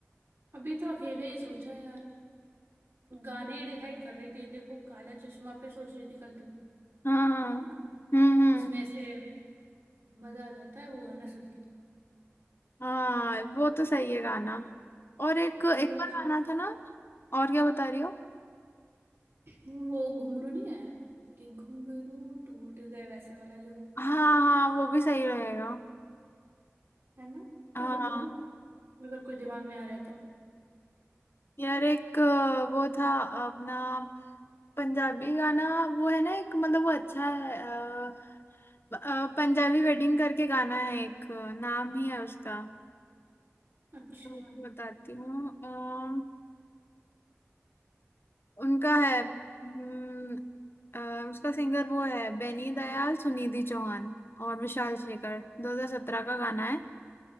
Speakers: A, on the right (about 55°); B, on the left (about 50°).
A: अभी तो अकेले ही सोचा यार गाने डिसाइड कर रही थी देखो काला चश्मा पे सोच रही थी कल तू
B: हाँ हाँ
A: है ना
B: हम्म हम्म
A: उसमें ऐसे मजा आ जाता है वो गाना सुन के
B: हाँ वो तो सही है गाना और एक
A: और
B: एक
A: वो <clears throat>
B: और गाना था ना और क्या बता रही हो
A: वो घुंघरू नहीं है कि घुंघरू टूट गए वैसे वाला जो है
B: हाँ हाँ वो भी सही रहेगा
A: है ना
B: हाँ
A: तुम बताओ अगर कोई दिमाग में आ रहा है तो
B: यार एक अ, वो था अपना पंजाबी गाना वो है ना एक मतलब वो अच्छा है अ, अ, पंजाबी वेडिंग करके गाना है एक नाम ही है उसका
A: अच्छा
B: आपको बताती हूँ अ, उनका है हम्म, अ, उसका सिंगर वो है बेनी दयाल सुनिधि चौहान और विशाल शेखर 2017 का गाना है